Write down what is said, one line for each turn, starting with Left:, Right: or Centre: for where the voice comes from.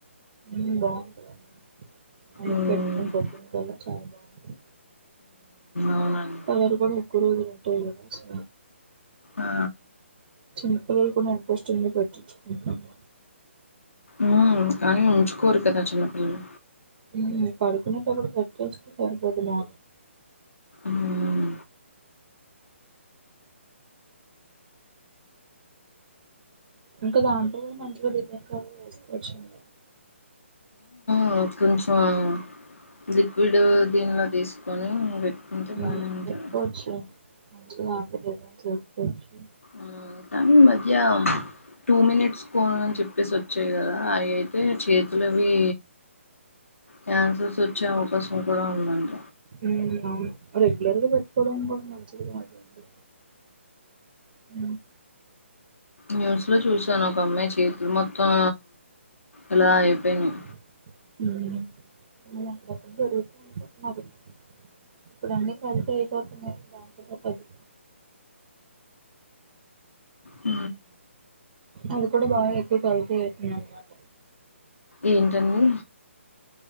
Right: ఊ బావుంటది నైట్
Left: మ్మ్
Right: పెట్టుకుని పొద్దున కళ్ళా చాలా బావుంటది
Left: అవునండి
Right: కలర్ గూడా ఒక్కరోజువే ఉంటాయి గదా సో
Left: ఆ
Right: చిన్న పిల్లలు కూడా ఇంట్రస్ట్ని గా పెట్టించుకుంటున్నారు
Left: ఉమ్ కానీ ఉంచుకోరు కదా చిన్నపిల్లలు
Right: ఊ పడుకునేటుప్పుడు పెటెస్ట్ సరిపోదు మా
Left: మ్మ్
Right: ఇంకా దాంతో కూడా మంచిగా డిజైన్స్ అవి వేసుకోవచ్చని
Left: ఆ కొంచెము ఆగు లిక్విడ్ దీనిలో తీసుకొని పెట్టుకుంటే
Right: ఊ
Left: బానే ఉంటది
Right: పెట్టుకోవచ్చు లే మంచిగా <unintelligible> వేసుకోవచ్చు లే
Left: ఊ కానీ ఈ మధ్య టూ మినిట్స్ పోనని చెప్పేసి వచ్చాయి కదా అవి అయితే చేతులవి క్యాన్సర్ వచ్చే అవకాశం కూడా ఉందంట
Right: ఊ అవును రెగ్యులర్ గా పెట్టుకోవడానికి కూడా మంచిది కాదులేండి ఊ
Left: న్యూస్ లో చూసాను ఒక అమ్మాయి చేతులు మొత్తం ఇలా అయిపోయినాయ్
Right: ఊ <unintelligible> ఇప్పుడు అన్నీ కలిసి అయిపోతున్నాయి దాంతోలో పది
Left: ఊ
Right: అది కూడా బాగా ఎక్కువ కలిసి <unintelligible>
Left: ఏంటండి